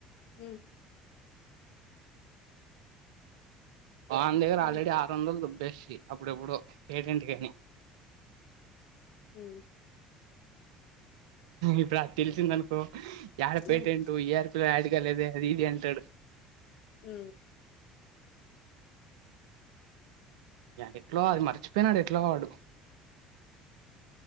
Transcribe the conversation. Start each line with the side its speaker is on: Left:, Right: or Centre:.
Left: ఉ
Right: భాన్ దగ్గర
Left: ఉమ్
Right: ఆల్రెడీ ఆర్ వందలు దొబ్బేసి అప్పుడెప్పుడొ ఏడింటి కని
Left: ఉ
Right: ఇప్పుడు అ తెలిసింద అనుకో యాడ పేటెంటు
Left: ఉమ్
Right: ఈఆర్పిలో యాడి కలేద అది ఇది అంటాడు
Left: ఉ
Right: ఎట్లో అది మర్చిపోయినడు ట్లవాడు